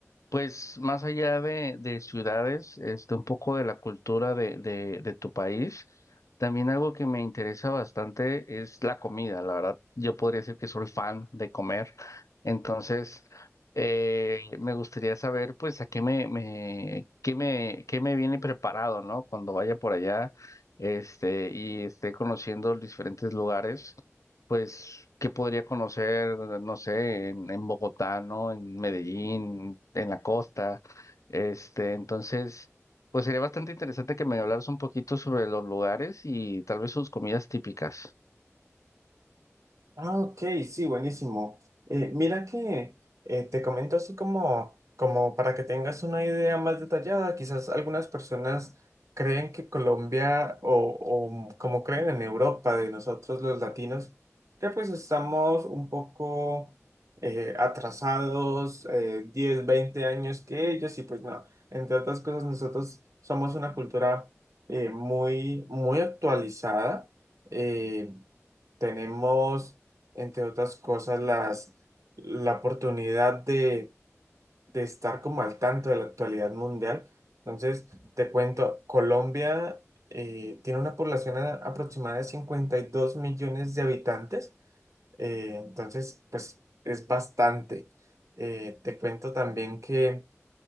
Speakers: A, on the left; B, on the right.
A: Pues más allá de, de ciudades, este, un poco de la cultura de, de, de tu país, también algo que me interesa bastante es la comida. La verdad, yo podría decir que soy fan de comer. Entonces, eh, me gustaría saber, pues, a qué me, me, qué me, qué me viene preparado, ¿no? Cuando vaya por allá, este, y esté conociendo los diferentes lugares. Pues, ¿qué podría conocer, no sé, en, en Bogotá, ¿no? En Medellín, en la costa. Este, entonces, pues sería bastante interesante que me hablaras un poquito sobre los lugares y tal vez sus comidas típicas.
B: Ah, ok, sí, buenísimo. Eh, mira que eh, te comento así como, como para que tengas una idea más detallada, quizás algunas personas creen que Colombia o, o como creen en Europa de nosotros los latinos, que pues estamos un poco eh, atrasados, eh, 10, 20 años que ellos y pues no, entre otras cosas nosotros somos una cultura eh, muy, muy actualizada. eh, tenemos entre otras cosas, las, la oportunidad de, de estar como al tanto de la actualidad mundial. Entonces, te cuento, Colombia eh, tiene una población a- aproximada de 52 millones de habitantes, eh, entonces, pues es bastante. Eh, te cuento también que